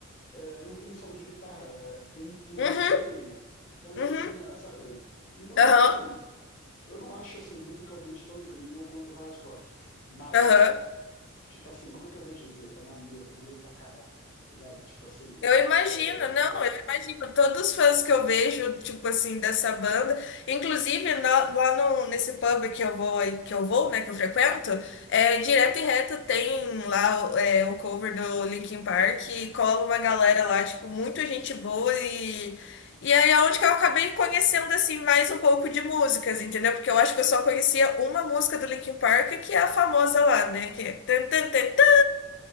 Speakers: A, on the left; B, on the left.
A: é, não tem solo de guitarra, tem, tem
B: uhum,
A: DJ, tem uma
B: uhum,
A: coisinha,
B: uhum,
A: sabe? Então, tipo
B: aham,
A: assim, eu não acho assim musicalmente tão incrível quanto o hard rock, mas,
B: aham.
A: tipo assim, como é que eu vou dizer? É maneiro, maneiro pra caraca, tá ligado? Tipo assim,
B: Eu imagino,
A: é.
B: não, eu imagino. Todos os fãs que eu vejo, tipo assim, dessa banda, inclusive na- lá no, nesse pub que eu vou, aí- que eu vou, né, que eu frequento, é, direto
A: Sim,
B: e reto tem lá é, o cover do Linkin Park e cola uma galera lá, tipo, muito gente boa e e aí é onde que eu acabei conhecendo assim mais um pouco de músicas, entendeu? Porque eu acho que eu só conhecia uma música do Linkin Park, que é a famosa lá, né, que é tan, tan, tan,
A: qual?
B: tan,